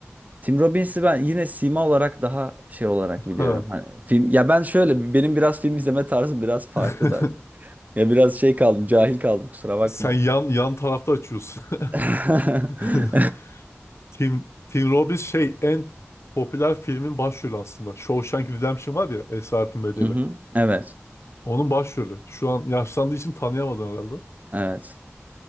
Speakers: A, on the right; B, on the left.
A: Tim Robbins'i ben yine sima olarak daha şey olarak biliyorum.
B: Ha.
A: Hani film ya ben şöyle benim biraz film izleme tarzım biraz farklı
B: <laughs>
A: da. Ya biraz şey kaldım, cahil kaldım kusura bakma.
B: Sen yan yan tarafta açıyorsun.
A: <laughs>
B: <laughs> Tim, Tim Robbins şey en popüler filmin başrolü aslında. Shawshank Redemption var ya Esaretin Bedeli.
A: Mhm. Evet.
B: Onun başrolü. Şu an yaşlandığı için tanıyamadın herhalde.
A: Evet.